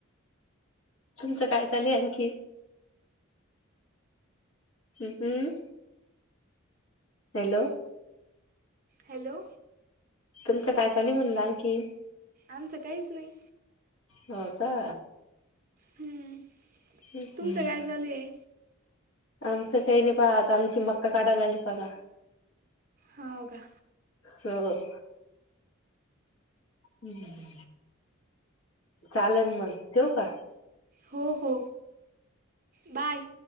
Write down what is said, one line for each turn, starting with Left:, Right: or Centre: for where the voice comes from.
Left: तुमचं काय चाले आणंखी? हम्म हम्म, हॅलो!
Right: हॅलो.
Left: तुमच काय चालीय म्हणलं आणखी?
Right: आमचं काहीच नाही.
Left: हो का
Right: हम्म.
Left: ह्
Right: तुमचं
Left: हं.
Right: काय चालू आहे
Left: आमचं काही नाही पहा, आता आमची मक्का काढायला आली बघा.
Right: होव का.
Left: हो. हम्म, चालल मग ठिव का?
Right: हो हो बाय.